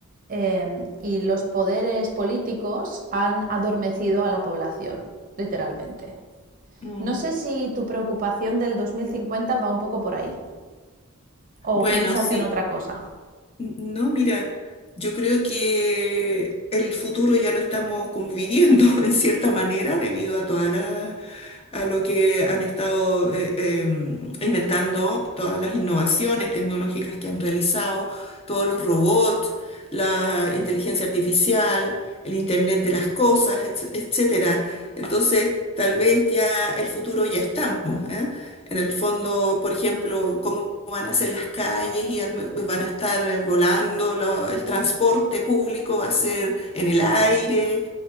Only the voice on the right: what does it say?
eh, y los poderes políticos han adormecido a la población, literalmente.
No sé si tu preocupación del 2050 va un poco por ahí o
piensas
en otra cosa.